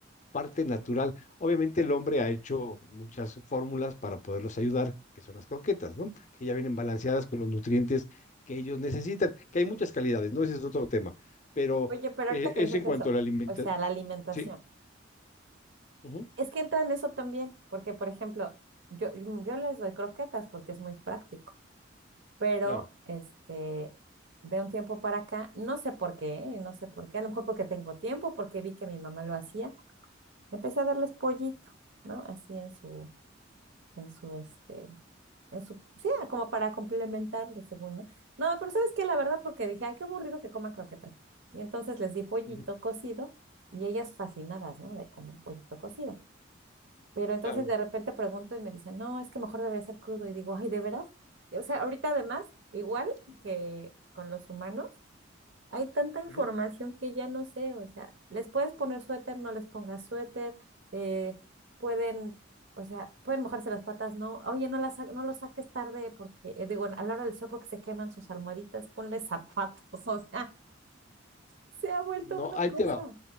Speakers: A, on the left (about 40°); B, on the right (about 65°).
A: parte natural. Obviamente el hombre ha hecho muchas fórmulas para poderlos ayudar, que son las croquetas, ¿no? Que ya vienen balanceadas con los nutrientes que ellos necesitan, que hay muchas calidades, ¿no? Ese es otro tema. Pero
B: Oye, pero
A: eh,
B: ahorita que
A: eso
B: Eh, dices
A: en cuanto
B: eso,
A: a la alimentación,
B: o sea, la alimentación.
A: sí, ujú,
B: Es que entra en eso también, porque por ejemplo, yo, yo les doy croquetas porque es muy práctico, pero
A: claro,
B: este, de un tiempo para acá, no sé por qué, ¿eh? no sé por qué, a lo mejor porque tengo tiempo, porque vi que mi mamá lo hacía, empecé a darles pollito, ¿no? Así en su, en su, este, en su, sí, como para complementarle, según, ¿no? No, pero ¿sabes qué? La verdad, porque dije, ay, qué aburrido que coman croquetas. Y entonces les di pollito
A: ujú,
B: cocido y ellas fascinadas, ¿no? De comer pollito cocido. Pero entonces
A: claro.
B: de repente pregunto y me dicen, no, es que mejor debería ser crudo. Y digo, ay, ¿de veras? Y, O sea, ahorita además, igual que con los humanos, hay tanta información
A: ujú.
B: que ya no sé. O sea, les puedes poner suéter, no les pongas suéter. eh, pueden, o sea, pueden mojarse las patas, no. Oye, no, las, sa- no los saques tarde porque, eh, digo, a la hora del sol porque se queman sus almohaditas, ponle zapatos. <laughs> O sea, se ha vuelto
A: No,
B: una
A: ahí
B: cosa.
A: te va.